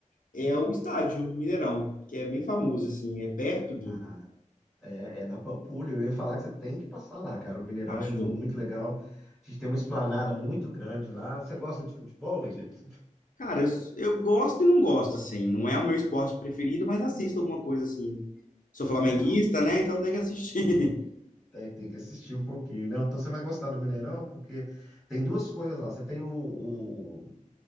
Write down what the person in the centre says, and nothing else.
Hum.
ah, É, é na Pampulha, eu ia falar que você tem que passar lá, cara. O Mineirão
é muito legal. A gente tem uma esplanada muito grande lá. Você gosta de futebol, Levi? <laughs>
É, não,
tem, tem que assistir um pouquinho, né? Então você vai gostar do Mineirão, porque tem duas coisas lá. Você tem o, o